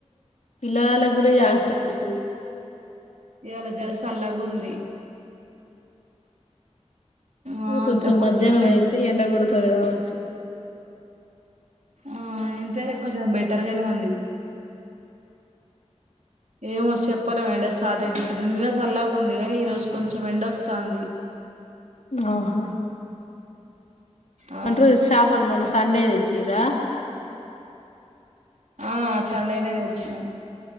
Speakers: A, on the left (about 80°); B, on the right (about 90°).
A: పిల్లగాలకు. గుడు యాష్టకత్తున్
B: ఇయాళ జర సల్లగుంది ఆ!
A: ఇగ కొంచెం
B: అంతకుముందు
A: మధ్యాహ్నం
B: ఫుల్
A: అయితే ఎండ గొడు తుంది గావచ్చు
B: ఆ ఇంతరే కొంచెం బెటర్గానే ఉంది ఏమో చెప్పలేం ఎండ స్టార్ట్ అయిటట్టు <unintelligible> నిన్న సల్లగుందీ, ఈ రోజు కొంచెం ఎండ ఒస్తాంది.
A: ఆహా
B: ఆ
A: అంట్రూ సాపలు మొన్న సండే ఎచ్చీరా
B: ఆ సండేనే దెచ్చినం